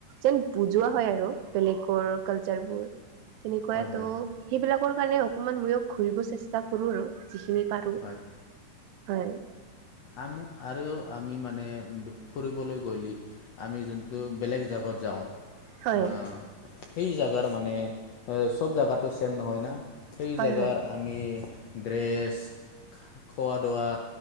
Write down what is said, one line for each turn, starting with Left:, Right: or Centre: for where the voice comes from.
Right: যেন বুজোৱা হয় আৰু বেলেগ কালচাৰ বোৰ তেনেকুৱাই
Left: হয় হয়
Right: ত' সেইবিলাকৰ কাৰণে অকমান ময়ো ঘূৰিব চেষ্টা কৰো আৰু যিখিনি। পাৰো
Left: হয়
Right: হয়।
Left: আম আৰু আমি মানে ফুৰিবলৈ গ'লে আমি যোনটো বেলেগ জগাত যাওঁ। অ'
Right: হয়
Left: সেই জাগাৰ মানে চব জাগাটো ছেম নহয় না। সেই
Right: হয়
Left: জাগাৰ আমি ড্ৰেছ খোৱা দোৱা।